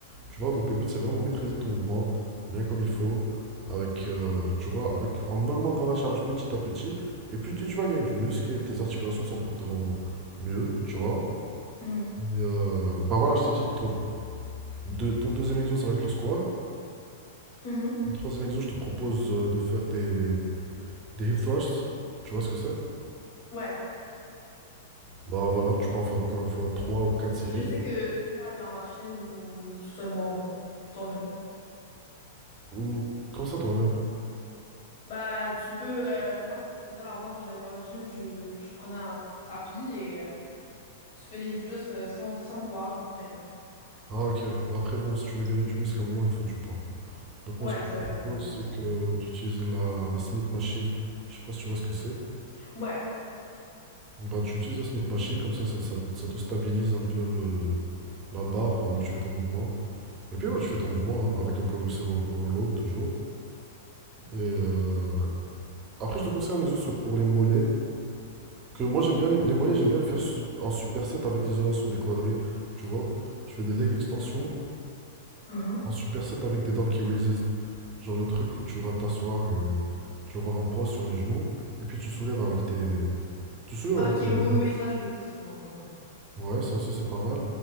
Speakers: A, on the right (about 30°); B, on the left (about 55°).
A: tu vois. Donc, le but, c'est vraiment maîtriser ton mouvement, bien comme il faut, avec, euh, tu vois, avec, en augmentant la charge petit à petit, et puis tu tu vas gagner du muscle, et tes articulations s'en porteront mieux, tu vois.
B: Mhm.
A: Et, euh, bah voilà, je t'ai dit, ton, deux- ton deuxième exo, ça va être le squat.
B: Mhm.
A: Troisième exo, je te propose euh, de faire des, des hip thrusts. Tu vois ce que c'est?
B: Ouais.
A: Bah voilà, tu peux en faire encore une fois 3 ou 4 séries.
B: Je sais que tu peux faire avec la machine ou seulement euh, toi-même.
A: Ou comme ça toi-même.
B: Bah, tu peux. euh, moi, ce que je faisais avant quand j'allais pas au gym, je, je prenais un tapis et euh, tu fais les hip thrusts euh, sans, sans poids, sans rien.
A: Ah ok, mais après bon, si tu veux gagner du muscle, à un moment il te faut du poids. Donc moi
B: Ouais,
A: ce que
B: c'est
A: je
B: vrai,
A: te propose,
B: c'est important.
A: c'est que d'utiliser la, la Smith Machine. Je sais pas si tu vois ce que c'est.
B: Ouais.
A: Bah tu utilises la Smith Machine, comme ça ça, ça- ça te stabilise un peu le, la barre pendant que tu fais ton mouvement. Et puis ouais, tu fais ton mouvement hein, avec un progressive over- overload toujours. Et euh, après je te conseille un exo sur- pour les mollets. Que moi j'aime bien les, les mollets, j'aime bien les faire su- en superset avec l'isolation des quadris. Tu vois, je fais des leg extensions
B: Mhm.
A: en superset avec des donkey raises. Genre le truc où tu vas t'asseoir et tu vas avoir un poids sur les genoux et puis tu soulèves avec tes tu soulèves
B: Ok,
A: avec tes
B: oui,
A: mollets.
B: oui, oui, ça, je le fais souvent quand même.
A: Ouais, ça aussi c'est pas mal.